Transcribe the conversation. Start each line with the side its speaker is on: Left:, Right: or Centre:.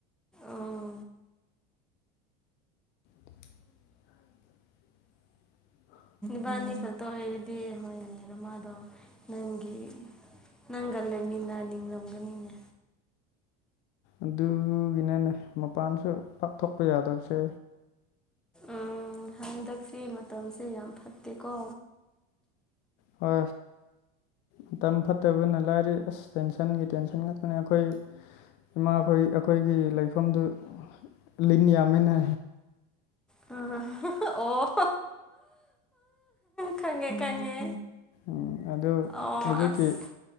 Centre: ꯑꯣ
Left: <inaudible>
Centre: ꯕꯥꯅꯤ ꯈꯛꯇꯣ ꯑꯩꯗꯤ ꯍꯣꯏꯅꯃꯗ ꯅꯪꯒꯤ ꯅꯪꯒꯜꯂ ꯃꯤꯅ ꯅꯤꯡꯔꯝꯒꯅꯤꯅꯦ
Left: ꯑꯗꯨꯒꯤꯅꯅꯦ ꯃꯄꯥꯟꯁꯨ ꯄꯥꯛꯊꯣꯛꯄ ꯌꯥꯗꯕꯁꯦ
Centre: ꯎ ꯍꯟꯗꯛꯁꯤ ꯃꯇꯝꯁꯦ ꯌꯥꯝ ꯐꯠꯇꯦꯀꯣ
Left: ꯍ ꯃꯇꯝ ꯐꯠꯇꯕꯅ ꯂꯥꯏꯔꯤ ꯑꯁ ꯇꯦꯟꯁꯟꯒꯤ ꯇꯦꯟꯁꯟ ꯉꯛꯄꯅꯦ ꯑꯩꯈꯣꯏ ꯏꯃꯥꯈꯣꯏ ꯑꯩꯈꯣꯏꯒꯤ ꯂꯩꯐꯝꯗꯨ ꯂꯤꯟ ꯌꯥꯝꯃꯤꯅ
Centre: ꯑ ꯑꯣ ꯈꯪꯉꯦ ꯈꯪꯉꯦ
Left: ꯎꯝ ꯑꯗꯨ
Centre: ꯑꯣ
Left: ꯍꯧꯖꯤꯛꯀꯤ
Centre: ꯑꯁ